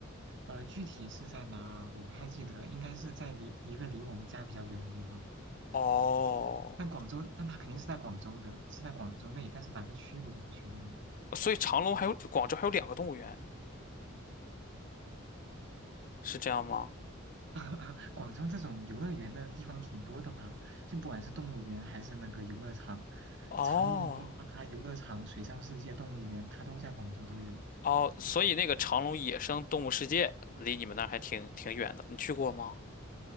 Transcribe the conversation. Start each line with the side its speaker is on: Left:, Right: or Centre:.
Right: 呃，具体是在哪？我不太记得，应该是在离一个离我们家比较远的地方。
Left: 哦，
Right: 但广州，但它肯定是在广州的，是在广州内，但是哪个区我就不确定了。
Left: 所以长隆还有广州还有两个动物园，是这样吗？
Right: <laughs> 广州这种游乐园的地方挺多的吧？就不管是动物园还是那个游乐场，
Left: 哦
Right: 长隆的话，它游乐场、水上世界、动物园，它都在广州都有。
Left: 哦，所以那个长隆野生动物世界离你们那儿还挺挺远的，
Right: 嗯
Left: 你去过吗？